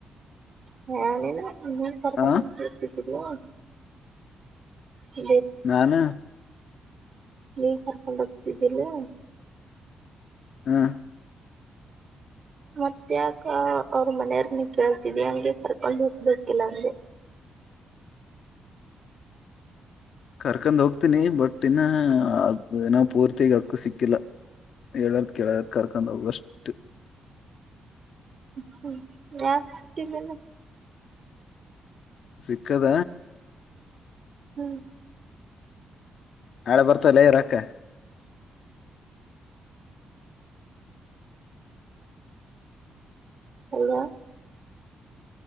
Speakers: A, on the right; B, on the left.
A: ಹ್ಯಲೆಲಾ. ನೀನ ಕರ್ಕೊಂಡ್
B: ಆ
A: ಹೊಂಟಿದ್ದು. <unintelligible> <unintelligible>
B: ನಾನ
A: ನೀಗ್ ಕರ್ಕೊಂಡ್ ಹೋಗ್ತಿದ್ದಲ್ಲಾ.
B: ಹಾ
A: ಮತ್ಯಾಕ್ ಅವ್ರ ಮನೆಯರ್ನ್ನ ಕೇಳ್ತಿದಿ ಹಂಗೆ ಕರ್ಕೊಂಡ್ ಹೋಗಬೇಕಿಲ್ಲ ಅಂಗೆ.
B: ಕರ್ಕೊಂಡ್ ಹೋಗ್ತೀನಿ ಬಟ್ ಇನ್ನ ಅದ ಏನ ಪೂರ್ತಿಗ ಅಕ್ಕ ಸಿಕ್ಕಿಲ್ಲ ಹೇಳದ ಕೇಳದ ಕರ್ಕ್ ಹೋಗಷ್ಟ.
A: ಹ್ಮ್ ಹ್ಮ್ ಯಾಕ ಸಿಕ್ಕಿಲ್ಲೆನ್.
B: ಸಿಕ್ಕದ
A: ಹ್ಮ್
B: ನಾಳೆ ಬರ್ತಲ್ಲ ಇರ ಅಕ್ಕಾ.
A: ಅವ್ರಾ.